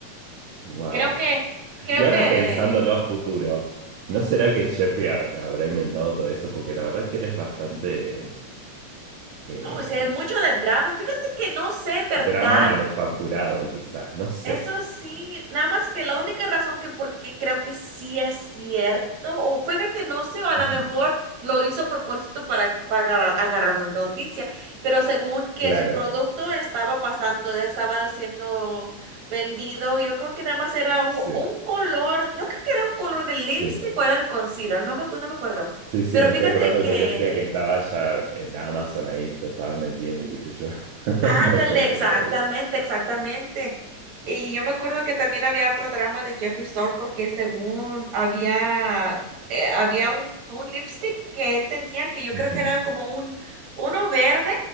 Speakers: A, on the right (about 80°); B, on the right (about 65°).
A: wow.
B: Creo que Creo
A: Y ahora
B: que
A: pensándolo a futuro, ¿no será que Jeffrey ha- habrá inventado todo eso? Porque la verdad que él es bastante eh,
B: No, o sea, es mucho de drama. Fíjate que no sé, en verdad.
A: drama manufacturado, quizás, no sé.
B: Eso sí, nada más que la única razón que porque creo que sí es cierto, o fíjate, no sé, o a lo
A: Ujú.
B: mejor lo hizo a propósito para, para agarrar una noticia, pero según que
A: Claro,
B: su producto estaba pasando, estaba siendo vendido, yo creo que nada más era un,
A: sí,
B: un color, yo creo que era un color de lipstick
A: sí.
B: o era el concealer, no me, no me acuerdo,
A: Sí, sí,
B: pero
A: me
B: fíjate
A: estoy acordando
B: que
A: que él decía que estaba ya en Amazon ahí, lo estaban vendiendo y qué sé yo. <laughs>
B: Ándale,
A: Me acuerdo
B: exactamente,
A: de todo eso.
B: exactamente. Y yo me acuerdo que también había otro drama de Jeffree Star porque según había, eh, había un, un lipstick que él tenía que yo creo
A: Ujú.
B: que era como un uno verde